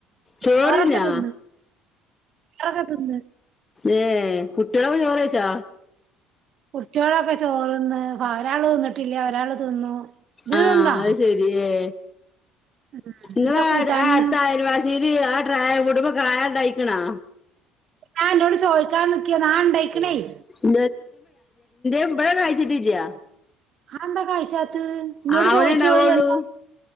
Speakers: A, on the left; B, on the right.
A: ചോറിനാ
B: ചോറൊക്ക തിന്ന് <unintelligible>
A: ഏ കുട്ട്യേളക്കെ ചോറയ്ച്ചാ.
B: കുട്ട്യേളൊക്കെ ചോറ്ന്ന് ഒരാള് തിന്നിട്ടില്ല ഒരാള് തിന്നു. ഇജ്ജ്
A: ആ
B: തിന്നോ
A: അത് ശരി ഏ
B: ഉം
A: ങ്ങളെ
B: എന്താ
A: <unintelligible> <unintelligible>
B: കൂട്ടാനിന്ന്
A: കായ ണ്ടായിക്കണാ.
B: ഞാന്നോട് ചോയ്ക്കാ നിക്കേന്നു ആ ണ്ടായിക്കുണേയ്.
A: <unintelligible> ഇബടെ കായിച്ചിട്ടില്ല.
B: ആന്താ കായ്ക്കാത്ത് ന്നോട്
A: ആവണേ
B: ചോയിച്ചു
A: ഉണ്ടാവുള്ളൂ
B: <unintelligible>